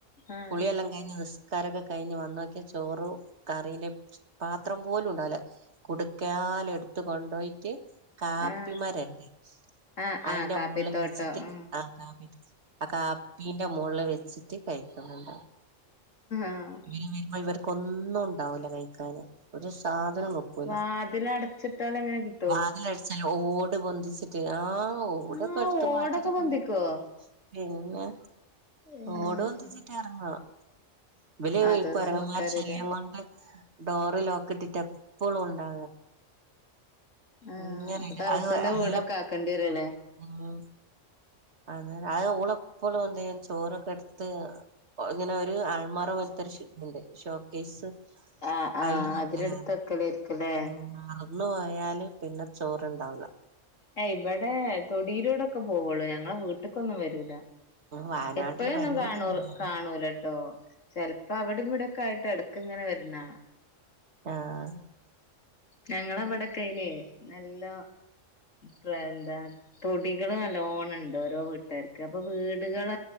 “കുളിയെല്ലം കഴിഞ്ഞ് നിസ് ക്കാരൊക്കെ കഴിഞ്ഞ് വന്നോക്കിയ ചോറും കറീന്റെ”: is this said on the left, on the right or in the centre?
Right